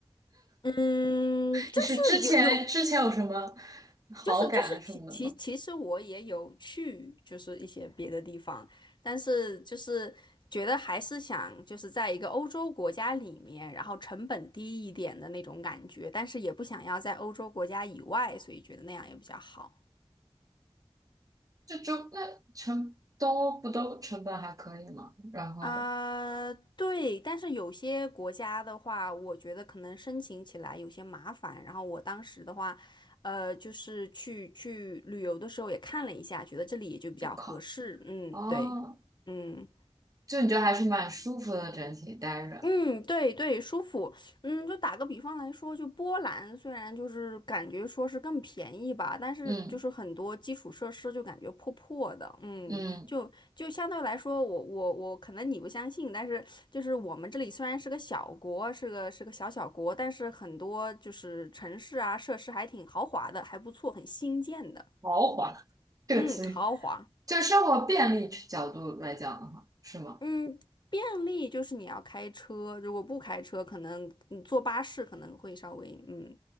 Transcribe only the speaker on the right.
你是之前之前有什么好感啊什么的吗？
这就那成都不都成本还可以吗？然后
就考
哦，
就你觉得还是蛮舒服的，整体待着，
嗯
嗯，
豪华这个词语，
就生活便利角度来讲的话，是吗？